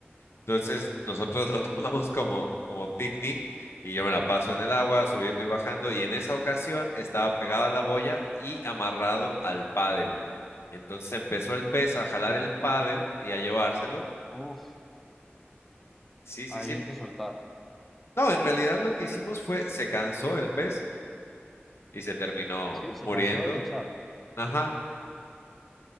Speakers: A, on the left; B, in the centre.
A: Entonces, nosotros lo <laughs> tomamos como, como picnic y yo me la paso en el agua, subiendo y bajando. Y en esa ocasión estaba pegado a la boya y amarrado al paddle. Entonces empezó el pez a jalar
B: Claro.
A: el paddle y a llevárselo.
B: Uf,
A: Sí, sí,
B: ahí
A: sí.
B: hay que soltar.
A: No, en realidad lo que hicimos fue, se cansó el pez y se terminó
B: Sí, se
A: muriendo.
B: cansó de luchar.
A: Ajá.